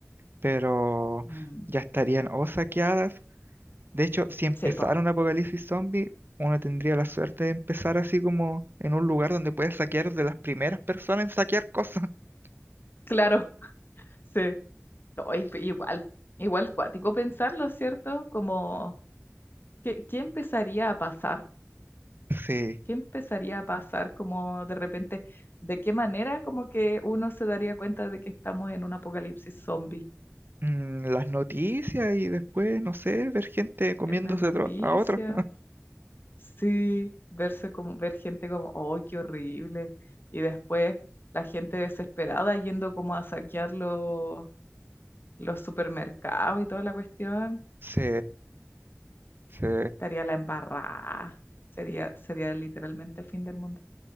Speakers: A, on the right (about 45°); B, on the left (about 45°).
A: pero
B: mm,
A: ya estarían o saqueadas De hecho, si empezara
B: Sí, po.
A: un apocalipsis zombie, uno tendría la suerte de empezar así como en un lugar donde puedes saquear de las primeras personas en saquear cosas. <laughs>
B: Claro, sí. Ay, pe- igual, igual cuático pensarlo, ¿cierto? Como, ¿qué, qué empezaría a pasar?
A: Sí.
B: ¿Qué empezaría a pasar como de repente? ¿De qué manera como que uno se daría cuenta de que estamos en un apocalipsis zombie?
A: Mm, las noticias y después, no sé, ver gente comiéndose
B: en las noticias,
A: otro- a otra.
B: sí, verse como, ver gente como, oh, qué horrible, y después la gente desesperada yendo como a saquear los, los supermercados y toda la cuestión,
A: Sí, sí,
B: estaría la embarrada, sería, sería literalmente el fin del mundo.